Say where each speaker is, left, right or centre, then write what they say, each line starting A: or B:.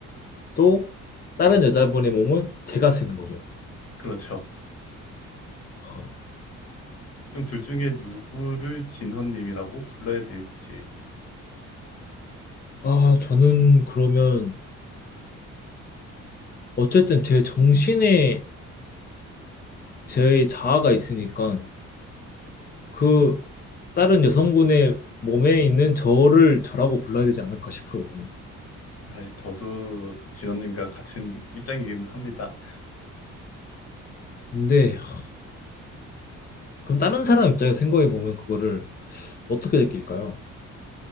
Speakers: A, on the left; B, on the left.
A: 또 다른 여자분의 몸은 제가 쓰는 거죠.
B: 그렇죠.
A: 어.
B: 그럼 둘 중에 누구를 진원님이라고 불러야 될지
A: 아, 저는 그러면, 어쨌든 제 정신에 제 자아가 있으니까, 그 다른 여성분의 몸에 있는 저를 저라고 불러야 되지 않을까 싶어요, 저는.
B: 사실 저도 진원님과 같은 입장이기는 합니다.
A: 근데, 하, 그럼 다른 사람 입장에서 생각해보면 그거를 어떻게 느낄까요?